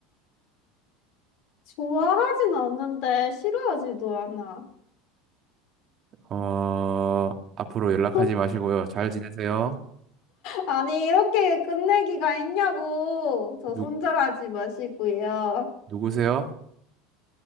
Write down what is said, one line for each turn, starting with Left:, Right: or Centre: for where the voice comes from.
Left: 좋아하진 않는데 싫어하지도 않아.
Right: 어, 앞으로 연락하지
Left: <laughs>
Right: 마시고요. 잘 지내세요.
Left: 아니, 이렇게 끝내기가 있냐고. 저
Right: 누,
Left: 손절하지 마시고요.
Right: 누구세요?